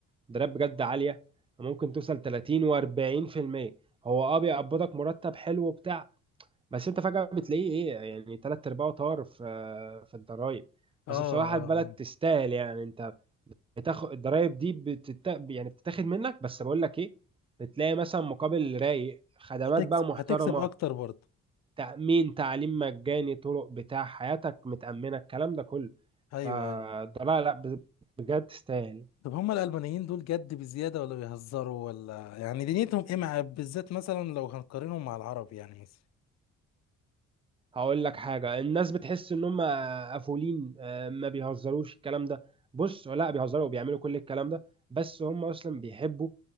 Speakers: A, on the right (about 20°); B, on the left (about 60°).
A: الضرايب بجد عاليه ممكن توصل 30 و40% هو اه بيقبضك مرتب حلو وبتاع بس انت فجاه بتلاقيه ايه يعني تلات ارباعه طار في في الضرايب
B: اه
A: بس
B: آه،
A: بصراحه البلد
B: آه.
A: تستاهل يعني انت بتاخد الضرايب دي بتت... يعني بتتاخد منك بس بقول لك ايه بتلاقي مثلا مقابل رايق خدمات
B: هتكسب
A: بقى محترمه
B: هتكسب اكتر برضه
A: تأمين تعليم مجاني طرق بتاع حياتك متأمنة الكلام ده كله
B: ايوه
A: فده
B: ايوه
A: لا لا ب- بجد تستاهل
B: طب هما الألبانيين دول جد بزيادة ولا بيهزروا ولا يعني دنيتهم ايه مع بالذات مثلا لو هنقارنهم مع العرب يعني مثلا
A: هقول لك حاجة الناس بتحس ان هم قفولين آه، ما بيهزروش الكلام ده بص لا بيهزروا وبيعملوا كل الكلام ده بس هم اصلا بيحبوا